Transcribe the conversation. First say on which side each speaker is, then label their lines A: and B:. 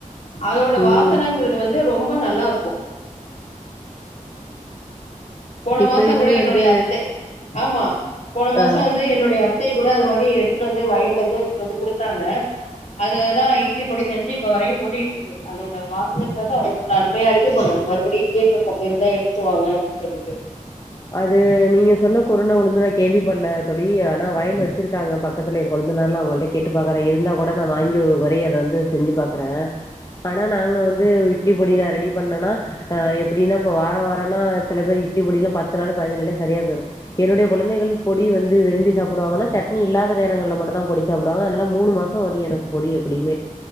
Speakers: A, on the left; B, on the left.
A: அதோட
B: ம்
A: வாசனங்றது
B: இப்
A: வந்து ரொம்ப நல்லா இருக்கு போன
B: இப்பயுமே
A: மாசங்கூட என்னுடைய
B: வந்து
A: அத்தை ஆமா போன மாச
B: ஆ
A: வந்து என்னுடைய அத் த்தை கூட அந்த மாறி எடுத்துட்டு வந்து வயல்ல வந்து ஒருத்தர் வந்து குடுத்தாங்க அததா இட்லி பொடி செஞ்சு இப்ப வரையு ஓடிட்டு இருக்கு அதோட வாசனைங்றது அவ்ளவு ஒரு அருமையா இருக் இது பண்ணாங்க மறுபடியு கேட்ருக்கோம் இருந்தா எடுத்துட்டு வாங்க அப்டின் சொல்லிட்டு
B: அது நீங்க சொன்ன குருன உளுந்து நா கேள்வி பட்ல தோழி ஆனா வயல் வச்சிருகாங்க பக்கத்துலே இருகோ இந்த மாற்ல்லா அவங்கள்ட்ட கேட்டு பாக்குறே இருந்தா கூட நா வாங்கி ஒருமுறை அத வந்து செஞ்சு பாக்குறே அ ஆனா நாங்க வந்து இட்லி பொடி நா ரெடி பண்ணனா ஆ எப்டின்னா இப்ப வாரோ வாரோனா சில பேரு இ இட்லி பொடி எல்லா பத்து நாலு பதினெஞ்சு நாளே செரியா போய்ரு என்னுடைய குழந்தைகள் பொடி வந்து விரும்பி சாப்டுவாங்கன்னா சட்னி இல்லாத நேரங்கள்ல மட்டுந்தா பொடி சாப்பிடுவாங்க அதனால மூணு மாசோ வரையு எனக்கு பொடி இருக் எப்டியுமே